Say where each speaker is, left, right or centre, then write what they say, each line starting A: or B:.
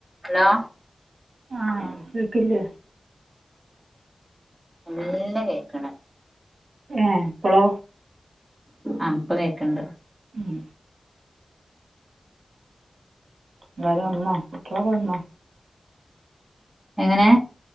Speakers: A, on the right; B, on the right.
A: അലോ?
B: ആഹ കേക്കില്ലേ?
A: വൊലൊ കേക്ക്ണ്.
B: ഏ പ്പോളോ?
A: ആഹ ഇപ്പൊ കേൾക്കണ്ട്.
B: ഉം ള്ളേര് വന്നോ പിള്ളേര് വന്നോ.
A: എങ്ങനെ